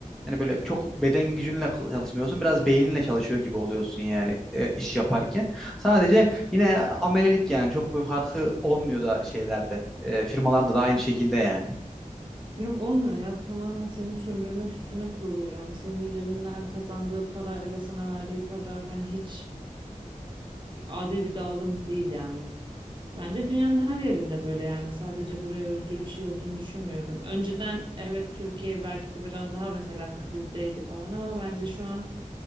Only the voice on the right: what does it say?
Yok olmuyor ya tamamen seni sömürmek üstüne kurulu yani senin üzerinden kazandığı parayla sana verdiği para hani hiç adil bir dağılım değil yani. Bence dünyanın her yerinde böyle yani sadece buraya özgür bir şey olduğunu düşünmüyorum. Önceden evet Türkiye belki biraz daha mesela krizdeydi falan ama bence şu an